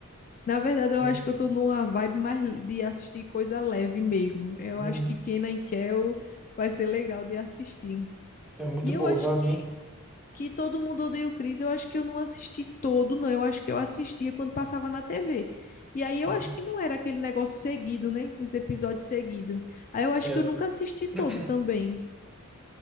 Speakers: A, on the left; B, in the centre.
A: Na verdade, eu
B: Hum,
A: acho que eu tô numa vibe mais de assistir coisa leve mesmo. Eu
B: hum.
A: acho que Kenan e Kel vai ser legal de assistir.
B: é muito
A: E
B: boa,
A: eu acho
B: pra
A: que
B: mim.
A: que Todo Mundo Odeia o Chris, eu acho que eu não assisti todo, não. Eu acho que eu assistia quando passava na TV. E aí eu
B: Uhum.
A: acho que não era aquele negócio seguido, né? Os episódios seguidos. Aí eu acho
B: Era.
A: que eu nunca assisti todo
B: <coughs>
A: também.